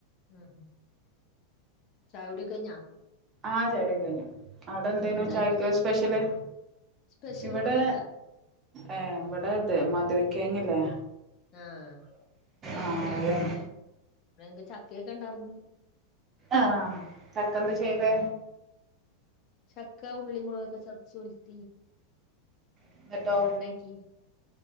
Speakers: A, on the left (about 35°); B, on the right (about 25°).
A: ഉം ചായുടിക്കയിഞ്ഞാ?
B: ആഹ് ചായുടിയൊക്കെ കയിഞ്ഞു. ഔടെ എന്തേനും
A: വെറും ചായക്കടി
B: ചായക്ക് സ്പെഷല്
A: സ്പെഷ്യൽ
B: ഇവടെ
A: ഒന്നുല്ല
B: ഏഹ് ഇവടെത് മധുരക്കിഴങ്ങ്ല്ലേ
A: ആഹ്
B: ആഹ് അതെന്നെ
A: ഇവിടെ ഞങ്ങക്ക് ചക്കയൊക്കെണ്ടാർന്ന്
B: ആഹ് ചക്ക എന്ത്‌ ചെയ്തെ?
A: ഉം ചക്ക ഉള്ളി മോളഗോക്കെ ചതച്ചുഒൽത്തി
B: എന്നിട്ടോ
A: തൊരനാക്കി.